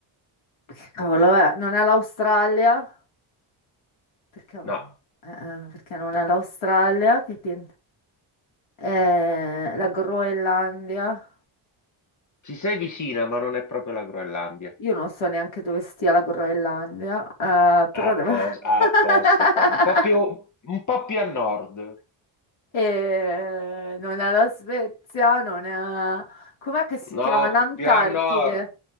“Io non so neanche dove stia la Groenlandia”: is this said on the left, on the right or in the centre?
Left